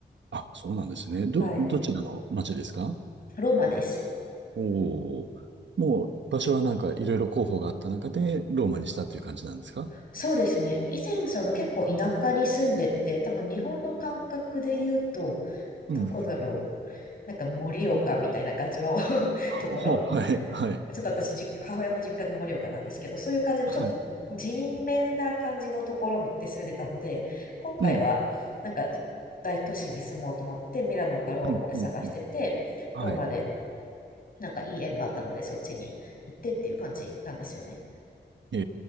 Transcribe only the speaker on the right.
あ、そうなんですね。ど、
どちらの町ですか
おおー。もう場所はなんかいろいろ候補があった中でローマにしたっていう感じなんですか
うん。
ほはい、
はい、
はい。
うん、
うん、うん、うんはい。
え